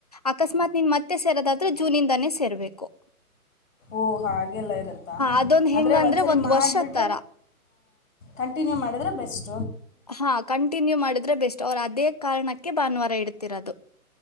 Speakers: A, on the left (about 30°); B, on the left (about 55°).
A: ಅಕಸ್ಮಾತ್ ನಿನ್ ಮತ್ತೆ ಮತ್ತೆ ಸೇರೋದಾದ್ರೆ ಜೂನಿಂದಾನೇ ಸೇರ್ಬೇಕು
B: ಓಹ ಹಾಗೆಲ್ಲ ಇರತ್ತಾ
A: ಅದೊಂದು
B: ಅಂದ್ರೆ
A: ಹೆಂಗಂದರೆ
B: ಒಂದ್ಸರಿ
A: ಒಂದು
B: ಮಾಡ್ಬಿಟ್ಟ
A: ವರ್ಷದ ಥರ
B: ಕಂಟಿನ್ಯೂ ಮಾಡಿದ್ರೆ ಬೆಸ್ಟ್
A: ಹಾ ಕಂಟಿನ್ಯೂ ಮಾಡಿದ್ರೆ ಬೆಸ್ಟ್ ಅವ್ರ ಅದೇ ಕಾರಣಕ್ಕೆ ಭಾನುವಾರ ಇಡ್ತಿರೋದು